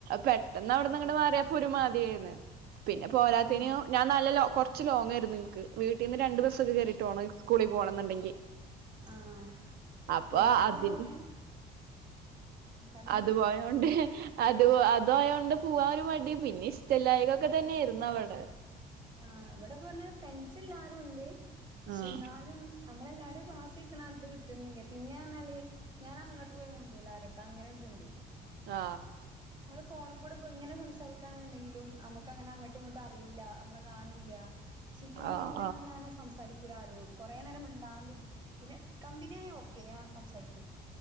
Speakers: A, on the right; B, on the right.
A: പെട്ടെന്ന് അവ്ട്‌ന്ന്
B: ആഹ്
A: ങ്ങട് മാറിയാപ്പോ ഒരു മാതിരിയായ്ര്ന്ന്. പിന്നെ പോരാത്തെയെന്
B: ഉം
A: ഞാൻ നല്ല കൊറ്ച്ച് ലോങ് ആയിര്ന്നു ന്ക്ക് വിട്ടീന്ന്. രണ്ടു ദിവസൊക്കെ കേയറിട്ട് പോണം സ്കൂളിൽ പോണം ന്ന്ണ്ടെങ്കിൽ
B: ആഹ്
A: അപ്പൊ
B: ഞാന്
A: അതി
B: ഇതേപോലെ പറഞ്ഞോ
A: അതുപോയോണ്ട് അത് അതായോണ്ട് പോവാ ഒരു മടി പിന്നെ ഇഷ്ടലായ്ക ഒക്കെ തന്നെയെര്ന്ന് അവിട
B: ആ വിടെ പോന് ഫ്രണ്ട്സ് എല്ലാവാരും ഉണ്ട് പക്ഷ
A: ആഹ്
B: ന്നാലും നമ്മളെല്ലാരും ക്ലാസ്ൽക്കണം അത് കിട്ടുന്നില്ല പിന്നെ പർഞ്ഞാൽ ഞാൻ അങ്ങട്ട് പോയി മണ്ടൂല ആരെട്‌ത്തും അ അങ്ങനെ ഒര്ത്ണ്ട്
A: ആ
B: ഫോണിൽ കൂടെ പ്പം ഇങ്ങനെ സംസാരിക്കാണെന്നുണ്ടെങ്കിലും നമ്മക്ക് അങ്ങനെ അങ്ങട്ടും ഇങ്ങട്ടും അറിയുല്ല നമ്മളെ കാണൂല്ല ന്ക്ക് നേരിട്ട്
A: ആഹ്
B: കണ്ട ഞാൻ സംസാരിക്കും <unintelligible> കുറെേ നേരം മിണ്ടാണ്ടിരിക്കും പിന്നെ കമ്പിനിയായ ഓക്കെ ഞാൻ സംസാരിക്കും